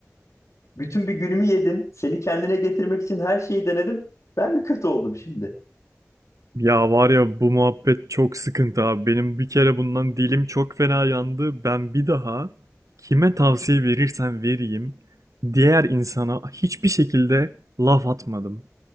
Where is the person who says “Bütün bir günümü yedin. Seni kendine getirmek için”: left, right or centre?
Left